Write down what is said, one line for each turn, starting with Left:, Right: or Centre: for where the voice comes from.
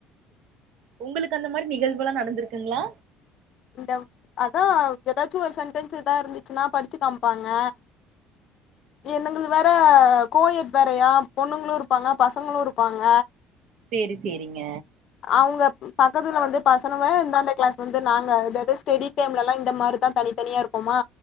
Right: உங்களுக்கு அந்த மாரி நிகழ்வுலா நடந்திருக்குங்ளா
Left: உண்டவ் அதான் எதாச்சு ஒரு சென்ட்டன்ஸ் இதா இருந்துச்சுனா படிச்சு காம்ப்பாங்க எண்ணங்கள்து வேற ஆஹ் கோயட் வேறயா பொண்ணுங்குளும் இருப்பாங்க பசங்களும் இருப்பாங்க
Right: சேரி சேரிங்க
Left: அவங்க பக்கத்துல வந்து பசனுவ இந்தாண்ட கிளாஸ் வந்து நாங் க அதாது ஸ்டெடி டைம்லலா இந்த மாரிதா தனித்தனியா இருப்போமா